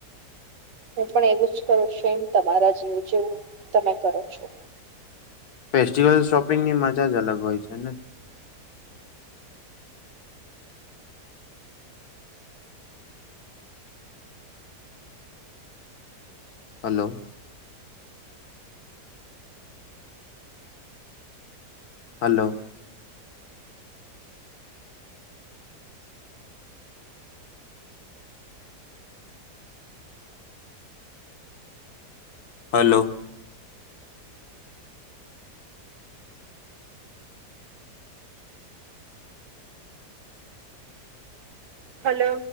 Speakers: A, on the right (about 85°); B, on the left (about 65°).
A: હું પણ એવું જ કરું સેમ તમારા જીવ જેવું તમે કરો છો
B: ફેસ્ટિવલ શોપિંગની મજા જ અલગ હોય છે ને હલો હલો હલો
A: હલો